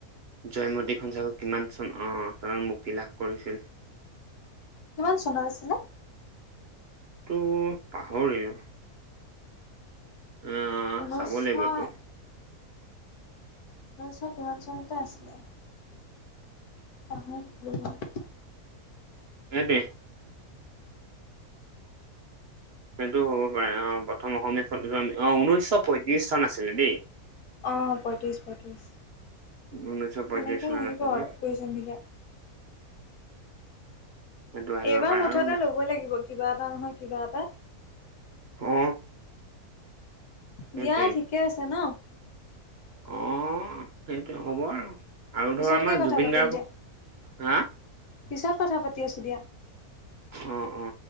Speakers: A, on the right; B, on the left.
A: জয়মতীখন চাবা কিমান চন অ চনত মুক্তি লাভ কৰিছিল?
B: কিমান চনত আছিলে?
A: টো পাহৰিলো, আহ
B: ঊনৈছশ
A: চাব লাগিব, এইটো।
B: ঊনৈছ কিমান চনতে আছিলে। পাহৰি থাকিলোঁ মই।
A: এ দে। সেইটো হ'ব পাৰে, অ প্ৰথম অসমীয়া চলবিখন, অ ঊনৈশ পয়ত্ৰিশ চন আছিলে দেই।
B: অ পঁয়ত্ৰিছ পঁয়ত্ৰিছ সেনেকে
A: ঊনৈশ পয়ত্ৰিশ চনত
B: আহিব
A: আছিলে
B: আৰু কুৱেশ্যন বিলাক।
A: সেইটো আহিব
B: এইবাৰ
A: পাৰে
B: মুঠ
A: আৰু
B: এটা ল'বই লাগিব কিবা এটা নহয়, কিবা এটাত।
A: অ সেইটোৱে
B: দিয়া ঠিকে আছে ন।
A: অ সেইটো হ'ব আৰু আৰু
B: পিছতকে
A: ধৰ আমাৰ
B: কথা
A: জুবিন
B: পাতিম
A: গাৰ্গৰ,
B: দিয়া
A: হা?
B: পিছত কথা পাতি আছোঁ দিয়া।
A: অ অ।